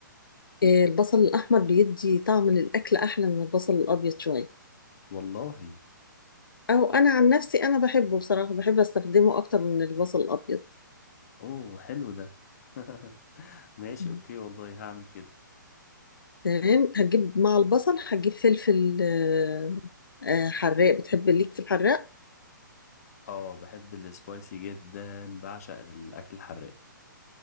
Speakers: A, on the left; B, on the left.
A: إيه، البصل الاحمر بيدي طعم للاكل احلى من البصل الابيض شوية
B: والله
A: او انا عن نفسي انا بحبه بصراحة بحب استخدمه اكتر من البصل الابيض
B: اوه حلو ده <laughs> ماشي
A: مم.
B: اوكي والله هعمل كده
A: تمام هتجيب مع البصل هتجيب فلفل آه، آه، حراق بتحب ليك في الحراق
B: اه بحب السبايسي جدا بعشق الاكل الحراق